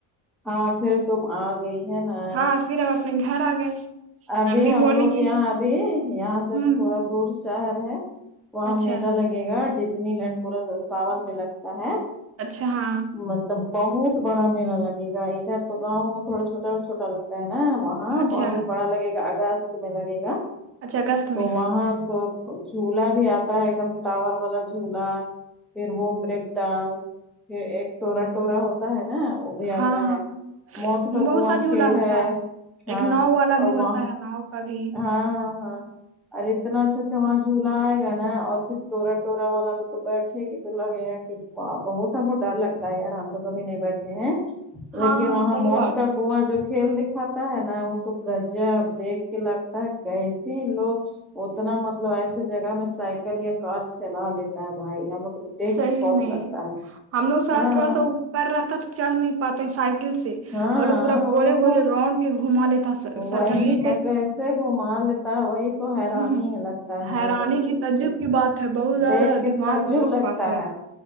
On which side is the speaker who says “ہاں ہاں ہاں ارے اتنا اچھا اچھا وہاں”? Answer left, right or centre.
Centre